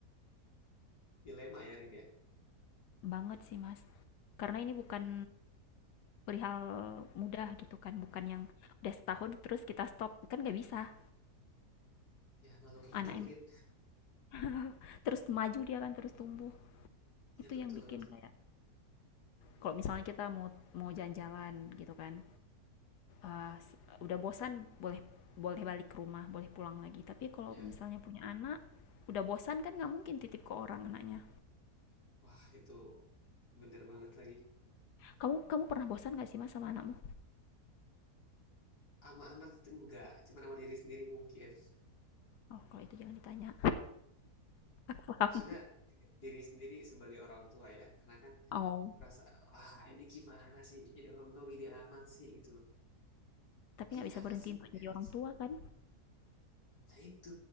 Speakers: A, on the left; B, on the left.
A: Dilema ya Rin ya.
B: banget sih mas karena ini bukan perihal mudah gitu kan bukan yang udah setahun terus kita stop kan nggak bisa
A: Ya makhluk hidup
B: anak em-
A: Rin.
B: <laughs> terus maju dia kan terus tumbuh itu
A: Ya betul.
B: yang bikin kayak kalau misalnya kita mau mau jalan-jalan gitu kan eh, s- udah bosan boleh boleh balik ke rumah boleh pulang lagi tapi kalau
A: Ya
B: misalnya punya anak udah bosan kan nggak mungkin titip ke orang anaknya
A: wah itu bener banget lagi.
B: kamu kamu pernah bosan nggak sih mas sama anakmu
A: Sama anak tuh enggak, cuma sama diri sendiri mungkin.
B: oh kalau itu jangan ditanya <laughs> paham
A: Maksudnya diri sendiri sebagai orang tua ya. Karena kan
B: oh
A: merasa ah ini gimana sih jadi orang tua gini amat sih gitu loh.
B: Tapi
A: Gini
B: nggak bisa
A: amat
B: berhenti
A: sih,
B: untuk
A: gini
B: jadi
A: amat
B: orang
A: sih.
B: tua kan,
A: Nah itu,